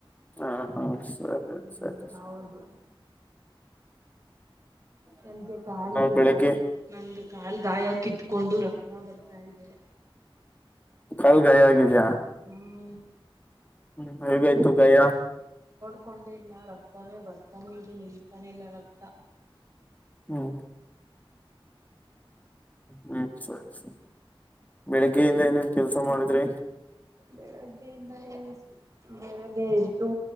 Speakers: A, on the left; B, on the right.
A: ಹಾ ಹಾ ಸರಿ
B: ಹ್ಮ್
A: ಸರಿ
B: ಹೌದು
A: ಸರಿ
B: ನನ್ಗೆ ಕಾಲ್
A: ಬೆಳಿಗ್ಗೆ
B: ಗಾಯ ನಂದು ಕಾಲ್ ಗಾಯ ಕಿತ್ಕೊಂಡು ರಕ್ತ ಹ ಬರ್ತಾ ಇದೆ
A: ಕಾಲ್ ಗೈ ಆಗಿದ್ಯಾಾ
B: ಹ್ಮ
A: ಹ್ಮ್ ಹಗತು ಗಯ
B: ಹಕೊಂಡೆ ಇಲ್ಲ ರಕ್ತನೇ ಬರ್ತಾನೆ ಇದೆ ನಿಲ್ತಾನೆ ಇಲ್ಲ ರಕ್ತ
A: ಹ್ಮ ಹ್ಮ್ ಸರಿರಿ ಬೆಳಿಗ್ಗೆಯಿಂದ ಏನೇನ್ ಕೆಲ್ಸ ಮಾಡುದ್ರಿ
B: ಬೆಳಗ್ಗೆಯಿಂದ ಬೆಳಗ್ಗೆ ಎದ್ದು